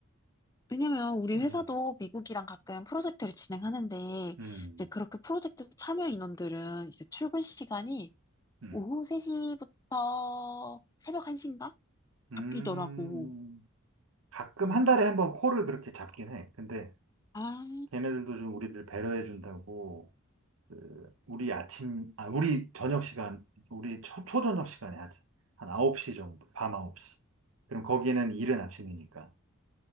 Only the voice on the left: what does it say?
왜냐면 우리
회사도 미국이랑 가끔 프로젝트를 진행하는데,
이제 그렇게 프로젝트 참여 인원들은 이제 출근 시간이
오후 3시부터 새벽 1시인가?
바뀌더라고.
음.
아.